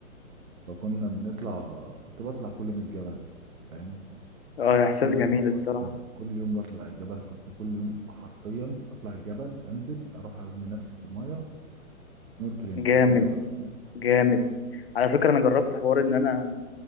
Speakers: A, on the right (about 80°); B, on the left (about 45°).
A: فكنا بنطلع كنت بطلع كل يوم الجبل فاهم
B: اه احساس
A: كل
B: جميل
A: يوم حرفيا
B: الصراحه
A: كل يوم بطلع الجبل كنت كل يوم حرفيا اطلع الجبل انزل اروح ارمي نفسي في الميه سنوركلينج
B: جامد
A: وكده بقى فاهم
B: جامد على فكره انا جربت حوار ان انا